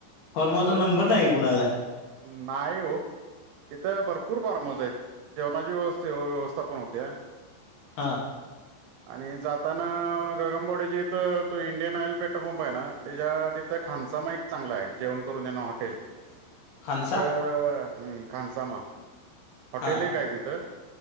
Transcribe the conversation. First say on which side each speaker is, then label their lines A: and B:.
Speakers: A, on the left; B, on the right.
A: फॉर्माचा नंबर
B: तो पण
A: नाही कुणाचा
B: नाहीय हो. तिथं भरपूर फार्म हाऊस आहेत जेवणाची व्यवस् व्यवस्था पण होत्या.
A: हां
B: आणि जाताना गगमबाोडी ज इथ तो इंडियन ऑइल पेट्रोल पंप आहे ना त्याच्या त्या खाचा माहि <unintelligible> चांगलं आहे जेवण करून देणं हॉटेल
A: खानसा
B: तिथं खानसामा हॉटेल
A: हा
B: एक काय तिथं